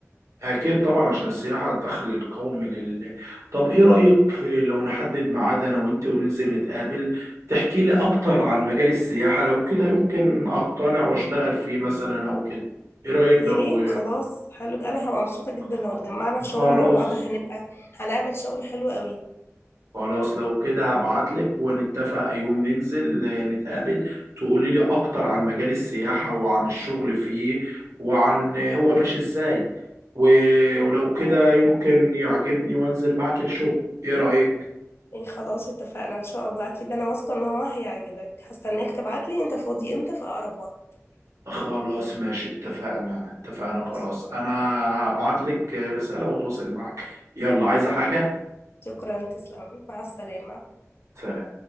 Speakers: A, on the right (about 65°); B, on the left (about 50°).
A: اكيد طبعا عشان السياحه الدخل القومي لل... طب ايه رايك لو نحدد ميعاد انا وانت وننزل نتقابل تحكي لي اكتر عن مجال السياحه لو كده يمكن اقتنع واشتغل فيه مثلا او كده ايه رايك
B: يا
A: لو
B: ريت خلاص حلو انا هبقى مبسوطة جدا
A: خ-
B: لو اتجمعنا في شغل
A: خلاص
B: مع بعض هنبقى هنعمل شغل حلو قوي
A: خلاص لو كده هبعتلك ونتفق يوم ننزل آه، نتقابل تقولي لي اكتر عن مجال السياحة وعن الشغل فيه وعن آه، هو ماشي ازاي و-
B: خلاص
A: ولو كده
B: اتفقنا
A: يمكن يعجبني وانزل معاك الشغل ايه رأيك
B: ايه خلاص اتفقنا ان شاء الله اكيد انا واثقة ان هو هيعجبك هستناك تبعتلي انت فاضي امتى في اقرب وقت
A: خلاص ماشي اتفقنا اتفقنا خلاص
B: شكرا
A: انا هبعتلك رسالة واتواصل معاك يلا عايزة حاجة
B: شكرا تسلم مع السلامة
A: سلام